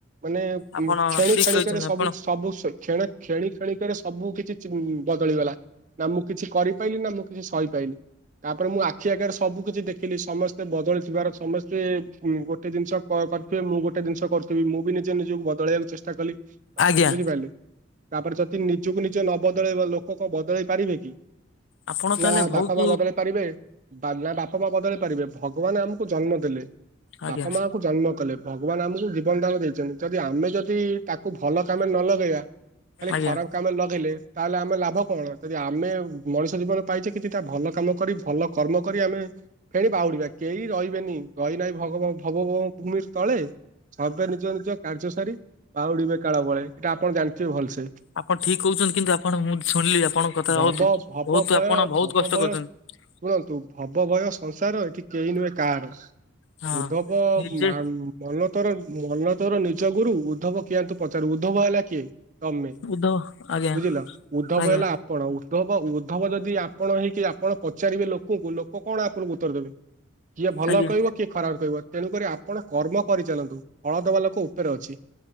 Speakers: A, on the right; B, on the left.
A: ମାନେ ଉଁ
B: ଆପଣ
A: କ୍ଷେଣି
B: ଠିକ
A: କ୍ଷେଣିକରେ
B: କହିଛନ୍ତି
A: ସବୁ
B: ଆପଣ
A: ସବୁ ସ କ୍ଷେଣେ କ୍ଷେଣି କ୍ଷଣି କରେ ସବୁ କିଛି ଚେ ଉଁ ବଦଳିଗଲା ନା ମୁଁ କିଛି କରିପାରଲିି ନା ମୁଁ କିଛି ସହି ପାଇଲି। ତାପରେ ମୁଁ ଆଖି ଆଗରେ ସବୁ କିିଛି ଦେଖିଲି ସମସ୍ତେ ବଦଳିଥିବାର ସମ ସେ ଗୋଟେ ଜିନିଷ କ-କରିଥିବେ। ମୁଁ ଗୋଟେ ଜିନିଷ କରୁଥିବି। ମୁଁ ବି ନିଜେ ନିଜକୁ ବଦଳେଇବାକୁ ଚେଷ୍ଟା କଲି।
B: ଆଜ୍ଞା
A: ବୁଝିପାରିଲି ତାପରେ ଯଦି ନିଜକୁ ନିଜ ନ ବଦଳେଇବା ଲୋକ କଣ ବଦଳେଇ ପାରିବେ କି।
B: ଆପଣ ତାହେଲେ
A: ନାଁ
B: ବହୁତ
A: ବାପା ମା ବଦଳେଇ ପାରିବେ। ବାଲା ବାପା ମା ବଦଳେଇ ପାରିବେ ଭଗବାନ ଆମକୁ ଜନ୍ମ ଦେଲେ
B: ଆଜ୍ଞା
A: ବାପା ମାଆଙ୍କୁ ଜନ୍ମ କଲେ। ଭଗବାନ ଆମକୁ ଜୀବନଦାନ ଦେଇଚନ୍ତି। ଯଦି ଆମେ ଯଦି ତାକୁ ଭଲ କାମରେ ନ ଲଗେଇବା। ଖାଲି
B: ଆଜ୍ଞା
A: ଖରାପ କାମ ଲଗେଇଲେ ତାହେଲେ ଆମେ ଲାଭ କଣ। ଯଦି ଆମେ ମଣିଷ ଜୀବନ ପାଇଚେ କିଛିଟା ଭଲ କାମ କରି ଭଲ କର୍ମ କରି ଆମେ ଫେଣି ବାହୁଡିବା କେହି ରହିବେନି ରହିନାହିଁ ଭଗବ ଭବଗତ୍ ଭୂମି ତଳେ ସର୍ବେ ନିଜ ନିଜ କାର୍ଯ୍ୟ ସାରି ବାହୁଡିବେ କାଳ ବଳେ ଏଟା ଆପଣ ଜାଣିଥିବେ ଭଲସେ।
B: ଆପଣ ଠିକ୍ କୋହୁଚନ୍ତି କିନ୍ତୁ ଆପଣ ମୁଁ ଶୁଣିଲି ଆପଣଙ୍କ କଥା
A: ଭବ
B: ବୋହୁତୁ,
A: ଭବ
B: ବୋହୁତ
A: ଭୟ
B: ଆପଣ ବୋହୁତ
A: ଭବ
B: କଷ୍ଟ
A: ଭୟ
B: କରୁଚନ୍ତି।
A: ଶୁଣନ୍ତୁ ଭବ ଭୟ ସଂସାର ଏଠି କେହି ନୁହେଁ କାହାର।
B: ହଁ
A: ଉଦ୍ଧବ
B: ନିଜେ
A: ମା ମନ ତୋର ମନ ତୋର ନିଜ ଗୁରୁ ଉଦ୍ଧବ କିଆଁନ୍ତୁ ତୁ ପଚାରୁ ଉଦ୍ଧବ ହେଲା କିଏ ତମେ
B: ଉଦ୍ଧବ ଆଜ୍ଞା
A: ବୁଝିଲ ଉଦ୍ଧବ
B: ଆଜ୍ଞା
A: ହେଲା ଆପଣ ଉଦ୍ଧବ ଉଦ୍ଧବ ଯଦି ଆପଣ ହେଇକି ଆପଣ ପଚାରିବେ ଲୋକ କୁ ଲୋକ କଣ ଆପଣଙ୍କୁ ଉତ୍ତର ଦେବେ କିଏ ଭଲ
B: ଆଜ୍ଞା
A: କହିବ କିଏ ଖରାପ କହିବ ତେଣୁକରି ଆପଣ କର୍ମ କରିଚାଲନ୍ତୁ। ଫଳଦବା ଲୋକ ଉପରେ ଅଛି।